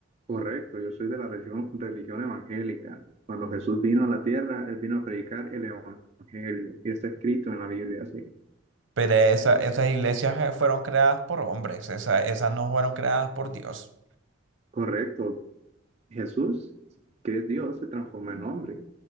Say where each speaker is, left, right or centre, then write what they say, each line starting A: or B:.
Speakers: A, on the right; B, on the right.
A: correcto, yo soy de la religión, religión evangélica. Cuando Jesús vino a la tierra, él vino a predicar el evangelio, y está escrito en la Biblia, sí.
B: Pero esa- esas iglesias eh, fueron creadas por hombres, esa- esas no fueron creadas por Dios.
A: Correcto, Jesús, que es Dios, se transformó en hombre.